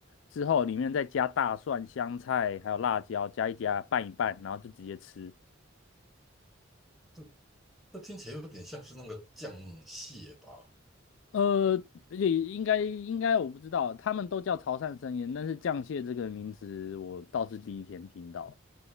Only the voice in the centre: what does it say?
这这听起来有点像是那个酱蟹吧，
嗯